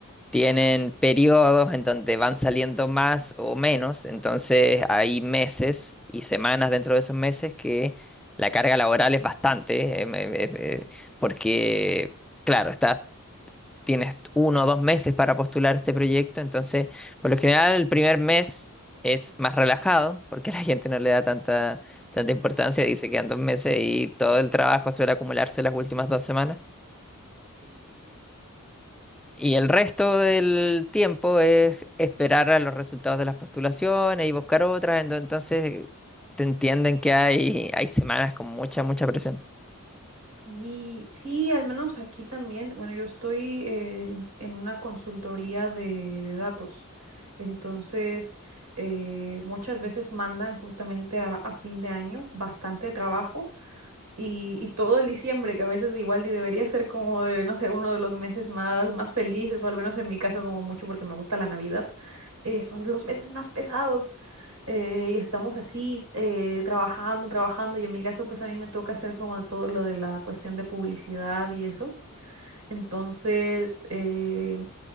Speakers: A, in the centre; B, on the right.
A: tienen periodos en donde van saliendo más o menos, entonces hay meses y semanas dentro de esos meses que la carga laboral es bastante, em, em, em, eh, porque, claro, estás, tienes uno o dos meses para postular este proyecto, entonces, por lo general, el primer mes es más relajado, porque la gente no le da tanta, tanta importancia, dice que quedan dos meses y todo el trabajo suele acumularse las últimas dos semanas. Y el resto del tiempo es esperar a los resultados de las postulaciones y buscar otras. ento- Entonces te entienden que hay, hay semanas con mucha, mucha presión.
B: Sí, sí, al menos aquí también. Bueno, yo estoy eh, en una consultoría de, de datos. Entonces, eh, muchas veces mandan justamente a, a fin de año bastante trabajo y, y todo el diciembre, que a veces igual y debería ser como de, no sé, uno de los meses más, más felices, o al menos en mi caso como mucho porque me gusta la Navidad, eh, son los meses más pesados. eh, y estamos así, eh, trabajando, trabajando, y en mi caso, pues a mí me toca hacer como todo lo de la cuestión de publicidad y eso. Entonces, eh,